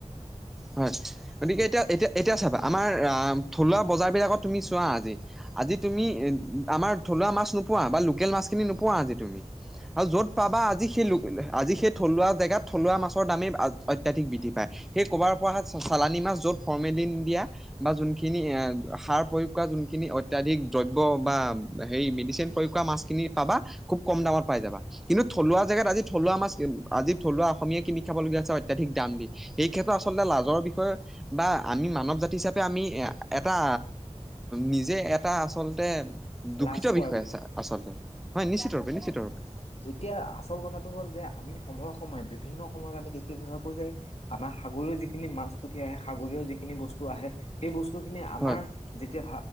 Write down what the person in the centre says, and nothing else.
হয়', গতিকে এতিয়া-এতিয়া এতিয়া চাবা আমাৰ থলুৱা বজাৰবিলাকত তুমি চোৱা আজি, আজি তুমি আমাৰ থলুৱা মাছ নোপোৱা বা লোকেল মাছখিনি নোপোৱা আজি তুমি। আৰু য'ত পাবা আজি সেই ল আজি সেই থলুৱা জেগাত থলুৱা মাছৰ দামেই অত্যাধিক বৃদ্ধি পায় সেই ক'ৰবাৰ পৰা চালানী মাছ য'ত ফৰ্মেলিন দিয়া বা যোনখিনি এ সাৰ প্ৰয়োগ কৰা যোনখিনি অত্যাধিক দ্ৰব্য বা হেৰি মেডিচিন মাছখিনি পাবা, খুব কম দামত পাই যাবা কিন্তু থলুৱা
জেগাত আজি থলুৱা মাছ আজি থলুৱা অসমীয়া কিনি খাবলগীয়া অত্যাধিক দাম দি সেই ক্ষেত্ৰত আচলতে লাজৰ বিষয়ে বা আমি মানৱ জাতি হিচাপে আমি আমি এটা নিজে এটা আচলতে দুখিত
বিষয় আছে আচলতে হয় নিশ্চিতৰূপে-নিশ্চিতৰূপে।
হয়